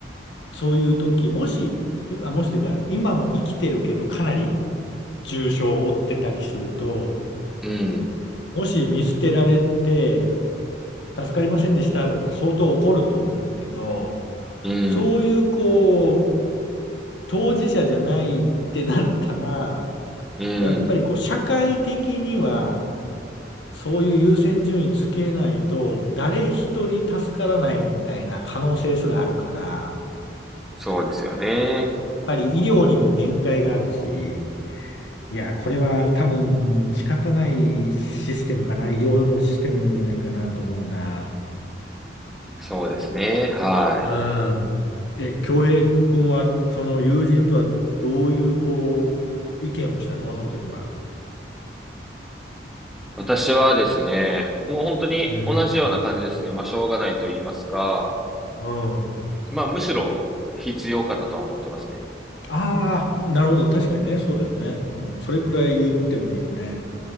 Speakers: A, on the left; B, in the centre.
A: そういう時、もし、今、もしというか、今も生きてるけど、かなり重傷を負ってたりすると、
B: うん。
A: もし見捨てられて、助かりませんでした、だったら相当怒ると思うんだけど、
B: うん。うん。
A: そういう、こう、当事者じゃないってなったら、
B: うん。
A: やっぱりこう、社会的には、そういう優先順位つけないと、誰一人助からないみたいな可能性すらあるから、やっ
B: そうですよね。
A: ぱり医療にも限界があるし、いや、これは多分仕方ないシステムかな、医療のシステムなんじゃないかなと思うな。
B: そうですね。はい。
A: うん。え、恭平君は、その友人とはどういう、こう、意見をしたのその時は。
B: 私はですね、もう本当に同じような感じですね。
A: うん。
B: まあ、しょうがないと言いますか、
A: うん。
B: まあ、むしろ必要かなとは思ってますね。
A: ああ、なるほど。確かにね。そうだよね。うん。それくらい言ってもいいよね。